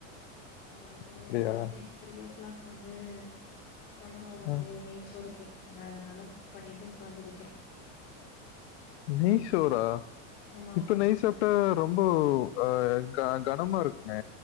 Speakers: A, on the left; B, on the left.
A: அதாவது
B: அப்படியா?
A: Midnight three o'clock வந்து கணவர் வந்து
B: அ
A: நெய்ச்சோறு கேட் பாங்க அதனால குக் பண்ணிட்டு உக்காந்துருக்கே
B: நெய் சோறா
A: ஆமா
B: இப்ப
A: ஆமா
B: நெய்‌ சோ டு ரொம்பு அ க கனமா இருக்குங்க